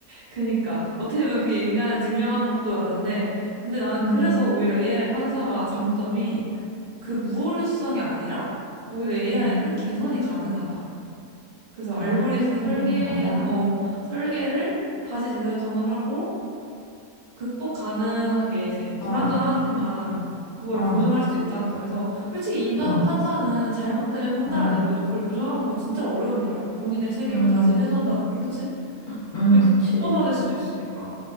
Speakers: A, on the right (about 40°); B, on the left (about 75°).
A: 그니까. 어떻게 보면 그게 인간을 증명하는 것도 맞는데, 근데 나는
B: 음,
A: 그래서 오히려 AI 판사가 장점이 그 무오류성이 아니라 오히려 AI는
B: 음.
A: 개선이 가능하다. 그래서 알고리즘
B: 아, 계산이
A: 설계나,
B: 가능하다.
A: 어, 설계를 다시 재설정을 하고, 극복 가능하게 이제
B: 어,
A: 불완전하지만 그거를
B: 어,
A: 교정할 수 있다는 점에서 솔직히 인간
B: 어,
A: 판사는 잘못 때문에 판단을
B: 어,
A: 내려도 그걸 교정하는 건 진짜 어려운 일이야. 그 본인의 책임을
B: 음,
A: 다시 회수한다는 게 그치?
B: 음, 음,
A: 옷,
B: 그치.
A: 옷 벗어야 될 수도 있으니까.